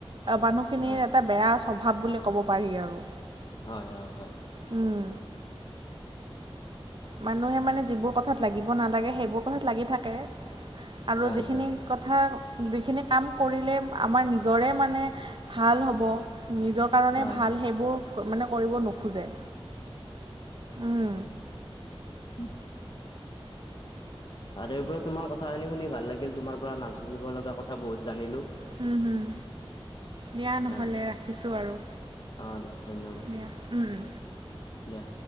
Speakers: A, on the right; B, on the left.
A: মানুহখিনিৰ
B: হয়
A: এটা বেয়া স্বভাৱ বুলি ক'ব পাৰি আৰু।
B: হয়- হয়- হয়।
A: উম। মানুহে মানে যিবোৰ কথাত লাগিব নালাগে সেইবোৰ কথাত লাগি থাকে আৰু
B: হয়
A: যিখিনি
B: হয় হয়
A: কথা যিখিনি কাম কৰিলে আমাৰ নিজৰে মানে ভাল হ'ব নিজৰ কাৰণে
B: হয়
A: ভাল সেইবোৰ মানে কৰিব নোখোজে। উম।
B: উম। তাৰে ওপৰত তোমাৰ কথাখিনি শুনি ভাল লাগিল, তোমাৰ পৰা নাজানিব লগা কথা বহুত জানিলোঁ।
A: হুম, হুম, দিয়া নহ'লে
B: হয়
A: ৰাখিছোঁ আৰু।
B: অ' দা ধন্যবাদ।
A: দিয়া উম, উম।
B: দিয়া।